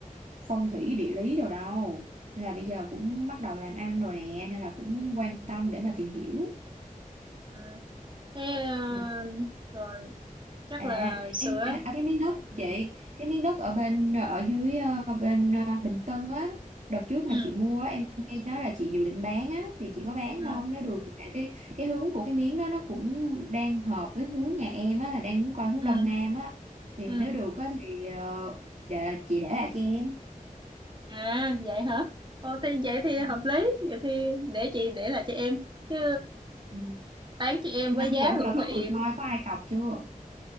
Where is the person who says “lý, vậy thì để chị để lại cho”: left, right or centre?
Right